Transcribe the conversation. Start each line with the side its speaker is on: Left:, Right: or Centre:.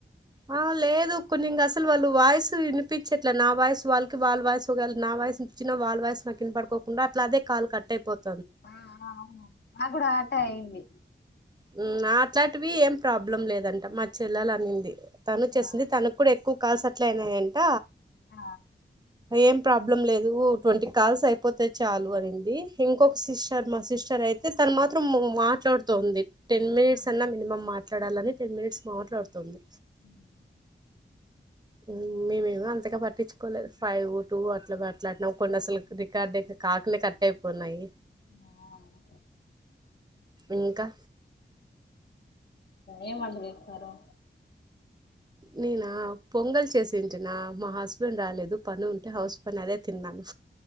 Right: ఆ లేదు కొన్ని ఇంగ అసలు వాళ్ళు వాయిస్సు వినిపించేట్ల నా వాయిసు వాళ్ళకి వాళ్ళ వాయిస్ నా వాయిస్ వినిపించినా, వాళ్ళ వాయిస్ నాకు వినపడుకోకుండా అట్లా అదే కాల్ కట్ అయిపోతు
Left: ఆ అవును నా కూడ అట్టె అయ్యింది
Right: హు అట్లాటివి ఏం ప్రాబ్లం లేదంట మా చెల్లెలు అనింది తను చేసింది
Left: ఆ
Right: తను కూడ ఎక్కు కాల్స్ అట్లే అయినాయంట
Left: ఆ
Right: ఏం ప్రాబ్లం లేదు ట్వంటీ కాల్స్ అయిపోతె చాలు అనింది ఇంకొక సిస్టర్ మా సిస్టర్ టర్ అయితే తను మాత్రం మాట్లాడుతొంది టెన్ మినిట్స్
Left: ఆ
Right: అన్నా మినిమమ్ మాట్ మాట్లాడలని టెన్ మినిట్స్ మాట్లాడుతుంది
Left: మ్మ్ హు
Right: మ్మ్ మేమేమో అంతగా పట్టించుకోలేదు ఫైవ్ టూ అట్లా మాట్లాడినాం కొన్ని అసలకి రికార్డ్ కాకనె కట్ అయిపోనాయి.
Left: అవునా
Right: ఇంకా
Left: ఏం వంట చేసినారు
Right: నేనా పొంగల్ చేసింటినా మా హస్బెండ్ రాలేదు పని ఉంటె హౌస్ పని అదె తిన్నాను.